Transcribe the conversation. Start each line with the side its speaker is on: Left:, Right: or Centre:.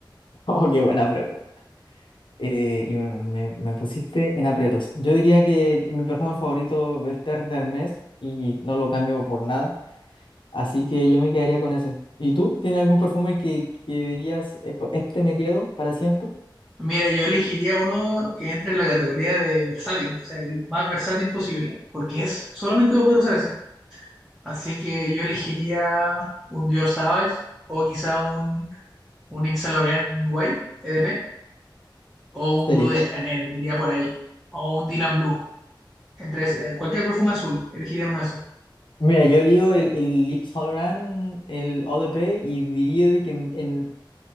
Left: Oh, qué buena pregunta. eh, y me, me pusiste en aprietos. Yo diría que mi perfume favorito es Ter de Hermes y no lo cambio por nada. Así que yo me quedaría con ese. ¿Y tú? ¿Tienes algún perfume que, que dirías, "Eh, co- este me quedo para siempre?
Centre: Mira, yo elegiría uno que entre en la categoría de versátil, o sea, el más versátil posible, porque es solamente voy a poder usar ese. Así que yo elegiría un Dior Sauvage o quizá un, un Yves Saint Laurent White EDP o un
Left: Serio.
Centre: Blue de Eh, Chanel, me iría por ahí, o un Dylan Blue. Entre ese- eh, cualquier perfume azul, elegiría uno de esos,
Left: Mira, yo lío el, el Yves Saint Laurent, el Eau de Paix, y diría de que en,